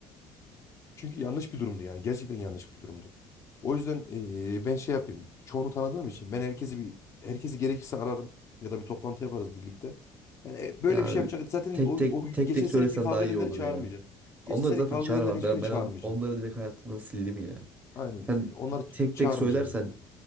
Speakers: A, on the left; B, on the right.
A: Çünkü yanlış bir durumdu yani. Gerçekten yanlış bir durumdu. O yüzden eee, ben şey yapayım. Çoğunu tanıdığım için ben herkesi bir herkesi gerekirse ararım ya da bir toplantı yaparız birlikte. Yani e, böyle
B: Ya
A: bir şey yapacak. Zaten
B: tek
A: o,
B: tek
A: o
B: tek
A: geçen
B: tek söylesen
A: seneki kavga
B: daha iyi
A: edenleri
B: olur
A: çağırmayacağım.
B: ya.
A: Geçen
B: Onları
A: seneki
B: zaten
A: kavga
B: çağıramam.
A: edenlerin hiçbirini
B: Ben, ben
A: çağırmayacağım.
B: on- onları direkt hayatımdan sildim ya.
A: Aynen.
B: Sen
A: e, onları ç-
B: tek
A: çağırmayacağım
B: tek söylersen
A: zaten.